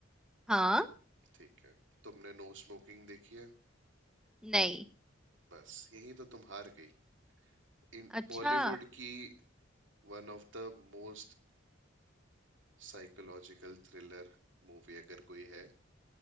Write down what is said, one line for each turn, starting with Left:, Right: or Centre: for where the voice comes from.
Centre: हाँ
Right: ठीक है तुमने नो स्मोकिंग देखी है
Centre: नहीं
Right: बस यही तो तुम हार गई इन
Centre: अच्छा
Right: बॉलीवुड की One of the most psychological thriller movie अगर कोई है